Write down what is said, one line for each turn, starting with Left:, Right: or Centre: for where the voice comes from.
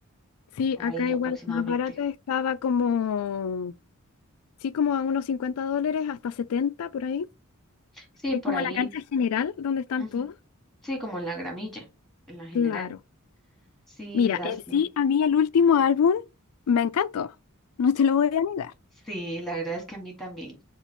Left: Sí,
Centre: por
Left: acá
Centre: ahí
Left: igual,
Centre: aproximadamente.
Left: la más barata estaba como, sí, como a unos 50 dólares hasta 70 por ahí,
Centre: Sí,
Left: que
Centre: por
Left: es como
Centre: ahí.
Left: la cancha general donde están
Centre: ujú.
Left: todos.
Centre: Sí, como en la gramilla, en la general.
Left: Claro.
Centre: Sí,
Left: Mira,
Centre: lástima.
Left: en sí, a mí el último álbum me encantó, no te lo voy a negar.
Centre: Sí, la verdad es que a mí también.